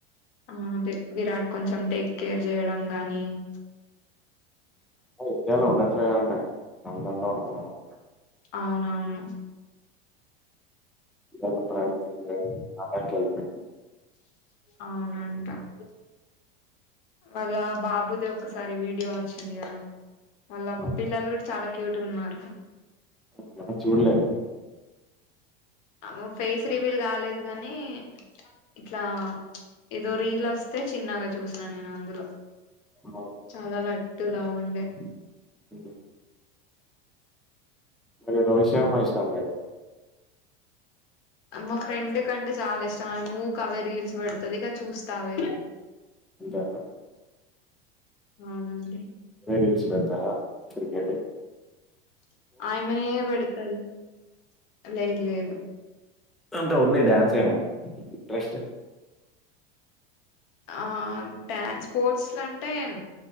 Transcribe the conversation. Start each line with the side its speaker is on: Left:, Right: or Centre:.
Left: ఆ అదే విరాట్ కొంచెం టేక్ కేర్ చేయడం. గానీ ప్చ్
Centre: అయితే అలా ఉండట్లేదన్ టే నందంతా ఉంటున్నావుగా
Left: అవునవును
Centre: ఇవాళ పనికెళ్ళె ఉంది. పడ్డం కెళ్ళిన
Left: ప్చ్ ప్చ్ అవునంటా ప్చ్ ఆ వాళ్ళ బాబ్ బుదే ఒకసారి వీడియో వచ్చింది. కదా వాళ్ళ
Centre: హ్మ్.
Left: పిల్లలు కూడా చాలా క్యూట్ గున్నారు.
Centre: అవునా చూడలేదని.
Left: ఆమె ఫేస్ రివ్యూల్ కాలేదుగా, అనీ ప్చ్ ప్చ్ ఇట్లా ప్చ్ ఏదో రీర్లు వస్తే చిన్నగా చూసినాను, నేను అందులో
Centre: హ్మ్.
Left: చాలా లడ్డు లాగుండే
Centre: హ్మ్. మరే రోహిష్ శర్మా ఇష్టం లేదా
Left: ఆమ్ మా ఫ్రెండ్ కంటే చాలా ఇష్టం. ఆ మూక్ అవ్వే రీల్స్ పెడుతది. ఇక చూస్తావే
Centre: ఉంటారా
Left: అవునండి.
Centre: రీల్స్ పెడతావా ప్చ్ క్రికెటు
Left: ప్చ్ ఆయమ్మనే వెడుతాది. ప్చ్ లేద్ లేదు
Centre: అంత ఉన్నాయి. డ్యాన్స్ వేనా ఇంట్రెస్ట్
Left: ఆ న్ డ్యాన్స్ స్పోర్ట్స్ లో, అంటేమ్